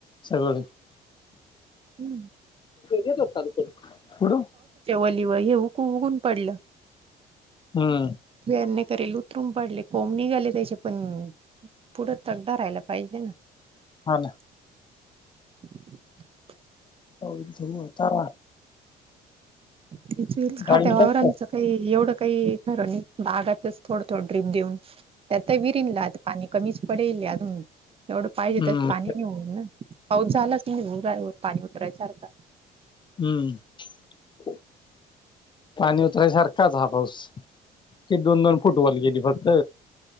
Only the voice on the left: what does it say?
सगळ.
ेत होता तु कुठू?
हम.
हा ना.
व आता
डाळिंब
हम्म
हम्म
हम्म पाणी उतरायसारखाच हा पाऊस की दोन दोन फुटवाॉल गेली फक्त.